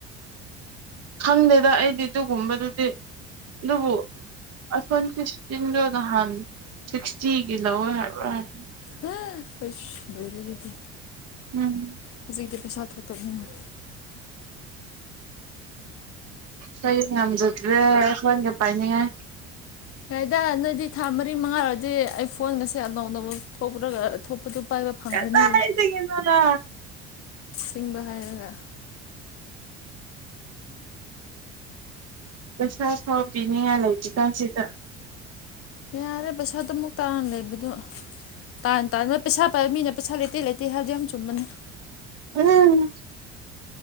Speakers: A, on the right; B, on the left.
A: ꯈꯪꯗꯦꯗ ꯑꯩꯗꯤ ꯑꯗꯨꯒꯨꯝꯕꯗꯨꯗꯤ ꯑꯗꯨꯕꯨ ꯑꯁ ꯐꯣꯟ ꯐꯤꯐꯇꯤꯟꯗꯣ ꯅꯍꯥꯟ ꯁꯤꯛꯁꯇꯤꯒꯤ ꯂꯧꯋꯦ ꯍꯥꯏꯕ꯭ꯔꯥ ꯍꯥꯏꯅꯤ
B: ꯍ ꯀ ꯂꯩꯗꯗꯤ
A: ꯎꯝ
B: ꯍꯧꯖꯤꯛꯗꯤ ꯄꯩꯁꯥ ꯊꯣꯛꯇꯕꯅꯤꯅ
A: ꯍ ꯉꯝꯖꯗ꯭ꯔꯦ ꯁꯒ ꯄꯥꯏꯅꯤꯡꯉ
B: ꯌꯥꯏꯗ ꯅꯣꯏꯗꯤ ꯊꯥ ꯃꯔꯤ ꯃꯉꯥꯔꯗꯤ ꯑꯩ ꯐꯣꯟ ꯉꯁꯦ ꯅꯧꯅꯅꯕ ꯊꯣꯛꯈ ꯊꯣꯛꯄꯗꯨ ꯄꯥꯏꯕ ꯐꯪꯈ꯭ꯔꯅꯤ
A: ꯀꯁ ꯍꯥꯏꯁꯤꯒꯤꯅꯗ
B: ꯁꯤꯡꯕ ꯍꯥꯏꯔꯒ
A: ꯃꯤꯒꯁ ꯍꯅꯤ ꯑꯂꯇ ꯀꯟꯁꯤꯗ
B: ꯌꯥ ꯌꯥꯔꯦ ꯄꯩꯁꯥ ꯑꯗꯨꯃꯛꯇꯥꯅ ꯂꯩ ꯑꯗꯨꯗꯣ ꯇꯥ ꯇꯥꯅꯕ ꯄꯩꯁꯥ ꯄꯥꯏꯕ ꯃꯤꯅ ꯄꯩꯁꯥ ꯂꯩꯇꯦ ꯂꯩꯇꯦ ꯍꯥꯏꯕꯗꯤ ꯌꯥꯝ ꯆꯨꯝꯕꯅꯤ
A: ꯎꯝ